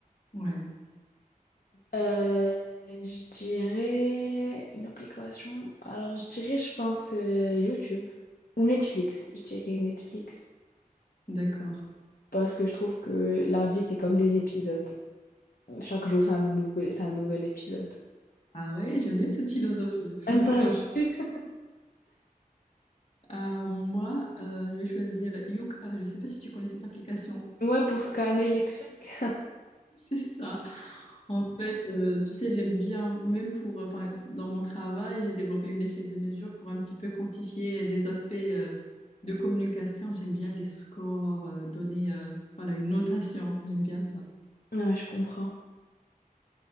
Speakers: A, on the left; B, on the left.
A: Ouais,
B: Euh, je dirais une application. Alors, je dirais, je pense, euh, YouTube ou Netflix. Je dirais Netflix.
A: d'accord.
B: Parce que je trouve que la vie, c'est comme des épisodes. Chaque jour, c'est un nouveau, c'est un nouvel épisode.
A: Ah ouais, j'aime bien cette philosophie.
B: Un
A: <laughs>
B: tas-
A: Pas
B: <laughs>
A: mal. Euh, moi, euh, je vais choisir Yuka. Je ne sais pas si tu connais cette application.
B: Ouais, pour scanner les trucs.
A: C'est ça. En fait, euh, tu sais, j'aime bien, même pour, euh, par- dans mon travail, j'ai développé une échelle de mesure pour un petit peu quantifier euh, des aspects euh, de communication. J'aime bien les scores, euh, donner euh, voilà, une notation. J'aime bien ça.
B: Ouais, je comprends.